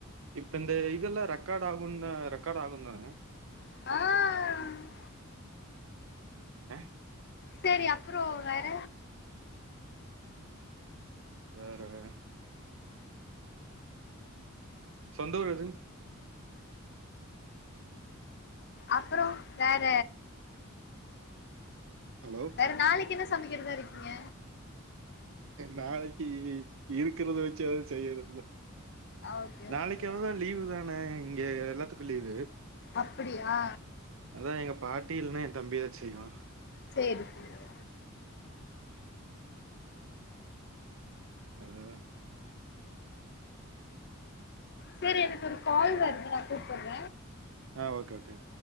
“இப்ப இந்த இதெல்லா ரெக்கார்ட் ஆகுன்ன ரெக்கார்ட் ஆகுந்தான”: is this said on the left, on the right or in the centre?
Right